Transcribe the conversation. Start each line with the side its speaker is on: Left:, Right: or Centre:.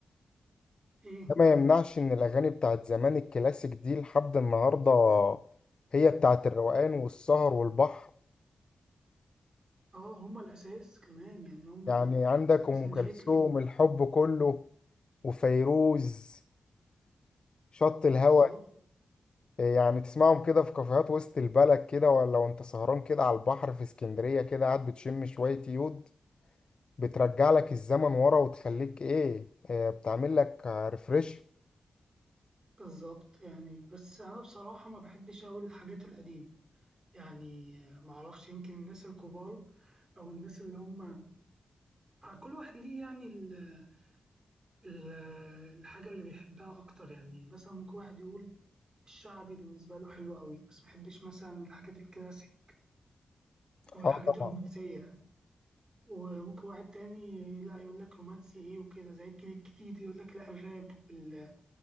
Right: إيه
Left: ده ما يمنعش إن الأغاني بتاعت زمان الكلاسيك دي لحد النهاردة هي بتاعت الروقان والسهر والبحر
Right: اه هما الأساس كمان يعني هما
Left: يعني عندك
Right: أساس
Left: أم
Right: الفكرة
Left: كلثوم الحب كله وفيروز شط الهوى
Right: بالظبط
Left: يعني تسمعهم كده في كافيهات وسط البلد كده ولا وانت سهران كده على البحر في اسكندرية كده قاعد بتشم شوية يود بترجع لك الزمن ورا وتخليك ايه آه، بتعمل لك ريفريش
Right: بالظبط يعني بس أنا بصراحة ما بحبش أوي الحاجات القديمة يعني معرفش يمكن الناس الكبار او الناس اللي هم آه، كل واحد ليه يعني ال- ال- الحاجه اللي بيحبها اكتر يعني مثلا ممكن واحد يقول الشعبي بالنسبه له حلو قوي بس ما بيحبش مثلا الحاجات الكلاسيك او الحاجات
Left: اه طبعا
Right: الرومانسيه يعني. وممكن واحد تاني لا يقول لك رومانسي ايه وكده زي الجيل الجديد يقول لك لا الراب وال-